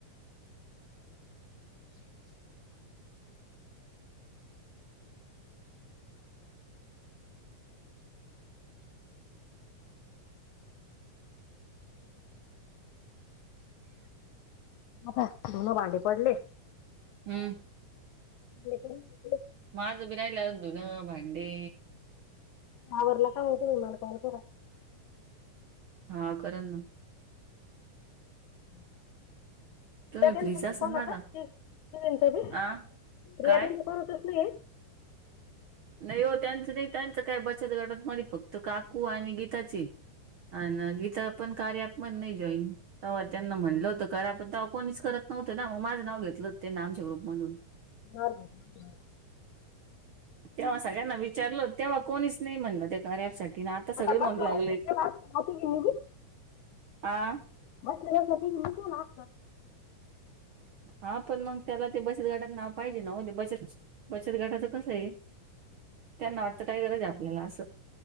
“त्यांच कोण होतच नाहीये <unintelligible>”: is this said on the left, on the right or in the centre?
Left